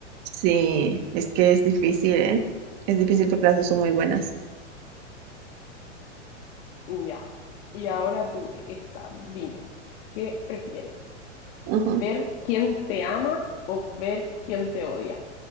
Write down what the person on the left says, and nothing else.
Ya. Y ahora tú, esta, dime, ¿qué prefieres?
¿Ver quién te ama o ver quién te odia?